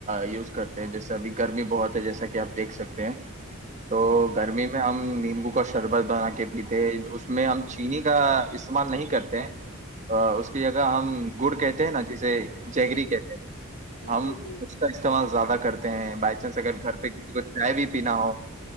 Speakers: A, on the right; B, on the left.
A: یوز کرتے ہیں جیسے ابھی گرمی بہت ہے جیسا کہ آپ دیکھ سکتے ہے تو گرمی میں ہم نمبو کا شربت بنا کے پیتے اس میں ہم چینی کا استعمال نہیں کرتے ہیں اس کی جگہ ہم گڑ کہتے ہیں نا جسے جگری
B: جی
A: کہتے ہیں
B: جی
A: ہم
B: جی جی
A: اس کا استعمال زیادہ کرتے ہی ہے بائی چانس اگر گھر پہ کسی کو چائے بھی پینا ہو